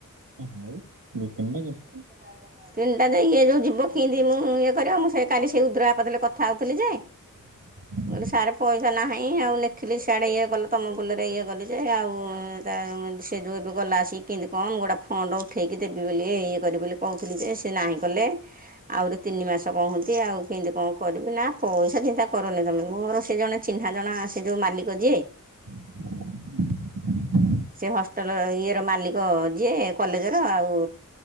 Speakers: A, on the right (about 80°); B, on the right (about 25°).
A: ହଁ ହଉ ଦି ତିନିଟା କେତେ?
B: ଆଜ୍ଞା। ତିନିଟା ଯେ ଇଏ ଯୋଉ ଯିବ କିିନ୍ତି ମୁଁ ଇଏ କରିବ ମୁଁ ସେ କାଲି ସେଇ ଉଦ୍ରୟପଦରେ କଥା ହଉଥିଲି ଯେ
A: <inaudible>
B: କହିଲି ସାରେ ପଇସା ନାହିଁ। ଆଉ ଲେଖିଲି ସିଆଡ଼େ ଇଏ କଲ ତୁମ ବୁଲରେ ଇଏ କଲି ଯେ ଆଉ ତା ସେ ଯଉ ଏବେ ଗଲା ଆସିକି କେନ୍ତି କଣ ମୁଁ ଗୋଟେ ଫଣ୍ଡ ଉଠେଇକି ଦେବି ବୋଲି ଏଇ କର ବୋଲି କହୁଥିଲି ଯେ ସେ ନାହିଁ କଲେ। ଆହୁରି ତିନି ମାସ କହନ୍ତି ଆଉ କେମିତି କଣ କରିବି। ନା ପଇସା ଚିନ୍ତା କରନି ତମେ। ମୋର ସେ ଜଣେ ଚିହ୍ନା ଜଣା ଆ ସେ ଯୋଉ ମାଲିକ ଯିଏ।
A: <inaudible>
B: ସେ ହଷ୍ଟେଲ ଇଏର ମାଲିକ ଯିଏ କଲେଜର ଆଉ